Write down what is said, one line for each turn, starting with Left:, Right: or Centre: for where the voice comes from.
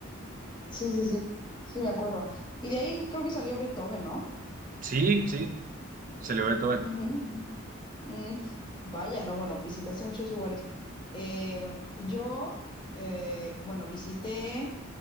Left: Sí, sí, sí. Sí, me acuerdo. Y de ahí creo que salió Beethoven, no
Right: Sí, sí, se le ve todo en,
Left: Ujú. Mm, vaya, no, bueno, visitaste muchos lugares. Eh, yo, eh, bueno, visité,